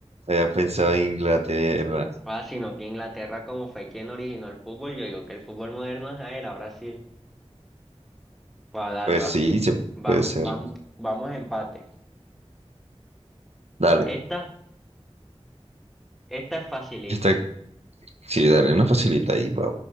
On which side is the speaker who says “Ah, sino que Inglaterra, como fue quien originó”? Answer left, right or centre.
Centre